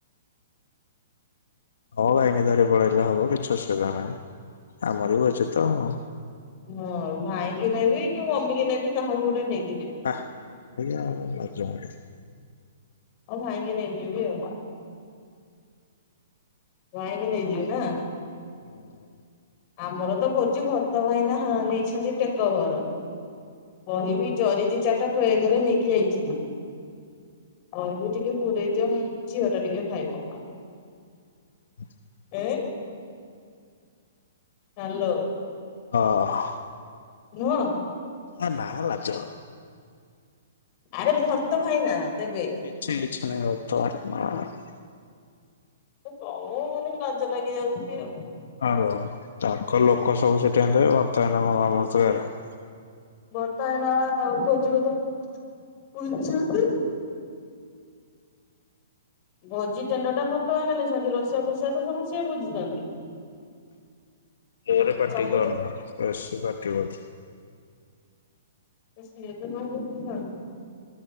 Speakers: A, on the left; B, on the left.
A: ହଁ ଭାଇଙ୍ଗି ଧରି ପଳେଇଲେ ହବ କିଛି ଅସୁବିଧା ନାହିଁ ଆମର ବି ଅଛି ତ ଆଉ।
B: ହଁ ଭାଇ କି ନେବି କି ମମି କି ନେବି କାହାକୁ ଗୋଟେ ନେଇ
A: ଆ ସେଇଆ ଲାଜ ମାଡେ।
B: ଆଉ ଭାଇଙ୍କି ନେଇଯିବି ଆଉ। ଭାଇଙ୍କି ନେଇଯିବି ନା।
A: <inaudible>
B: ଆମର ତ ଭୋଜି ଭରତ ଭାଇନା ନେଇଛନ୍ତି ଟେକଓଭର। କହିବି ଜରି ଦି ଚାରିଟା ବେଗରେ ପୁରେଇ କି ନେଇକି ଯାଇଥିବି। କହିବି ଟିକେ ପୁରେଇ ଦିଅ ମୁଁ ଝିଅ ଟା ଟିକେ ଖାଇବ।
A: <inaudible>
B: ଏଇ। ହାଲୋ।
A: ହଁ।
B: ନୁହଁ।
A: ଏ ନାଁ ଲାଜ
B: ଆରେ ଭର୍ତ ଭାଇନା ଦେବେ।
A: କିଛି କିଛି ନାହିଁ <unintelligible>
B: ତମକୁ ଖାଲି ଲାଜ ଲାଗିଯାଉଛି ଆଉ।
A: ହଉ ତାଙ୍କ ଲୋକ ସବୁ ସେଠି ଥିବେ ଭର୍ତ ଭାଇନା <unintelligible>
B: ଭର୍ତ ଭାଇନା ପା ଭୋଜି କଥା ବୁଝୁଛନ୍ତି। ଭୋଜି ଟେଣ୍ଡର ଟା ଭର୍ତଭାଇନା ନେଇଛନ୍ତି ରୋଷେଇୟା ଫୋଷେଇଆ ତ ସବୁ ସିଏ ବୁଝିଛନ୍ତି।
A: ଜୋରେ ପାଟି
B: ସବୁ
A: କରେନା
B: ତ
A: ବେଶି ପାଟି କରୁଛି।
B: ସିଏ ତ <unintelligible>